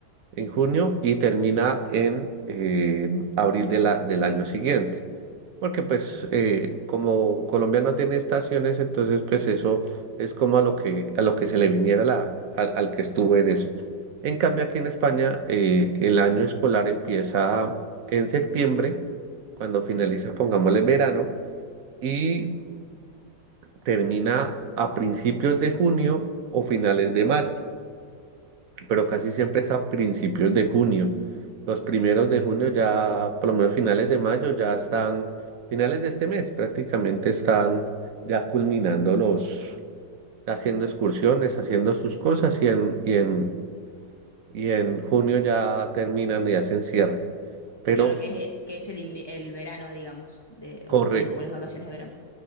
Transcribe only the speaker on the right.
en junio y termina en eh, abril de la- del año siguiente. Porque pues
eh, como Colombia no tiene estaciones, entonces pues eso es como a lo que, a lo que se le viniera la, al, al que estuvo en eso. En cambio aquí en España eh, el año escolar empieza en septiembre, cuando
finaliza, pongámosle verano, y termina a principios de junio o finales de mayo, pero casi
siempre es a principios de junio. Los primeros de junio ya, por lo menos finales de mayo, ya están, finales de este mes prácticamente están ya culminando los, haciendo excursiones, haciendo sus cosas y en, y en, y en junio ya terminan y hacen cierre. Pero
correcto.